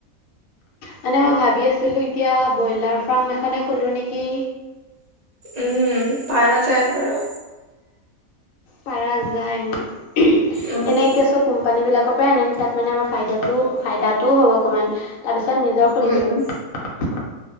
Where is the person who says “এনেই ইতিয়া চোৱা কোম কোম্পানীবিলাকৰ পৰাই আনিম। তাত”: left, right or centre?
Left